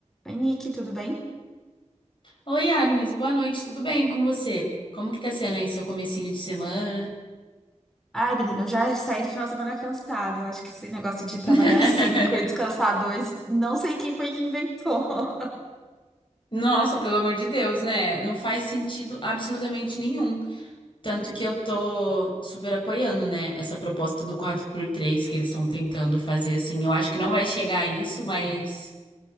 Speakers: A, in the centre; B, on the left.
A: Oi, Nick, tudo bem?
B: Oi, Agnes, boa noite, tudo bem com você? Como que tá sendo aí seu comecinho de semana?
A: Ai, menina, eu já saí do final de semana cansada. Eu acho que esse negócio de trabalhar
B: <laughs>
A: cinco e descansar dois, não sei quem foi que inventou. <laughs>
B: Nossa, pelo amor de Deus, né? Não faz sentido absolutamente nenhum. Tanto que eu tô super apoiando, né? Essa proposta do quatro por três que eles estão tentando fazer assim. Eu acho que não vai chegar a isso, mas.